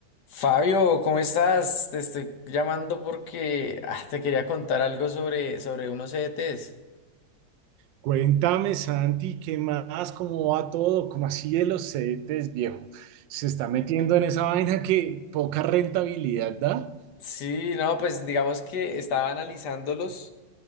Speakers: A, on the left (about 65°); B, on the right (about 75°).
A: Fabio, ¿cómo estás? Te estoy llamando porque ah, te quería contar algo sobre, sobre unos ETs.
B: Cuéntame, Santi, ¿qué más? ¿Cómo va todo? ¿Cómo así de los CDTs, viejo? Se está metiendo en esa vaina que poca rentabilidad da.
A: Sí, no, pues digamos que estaba analizándolos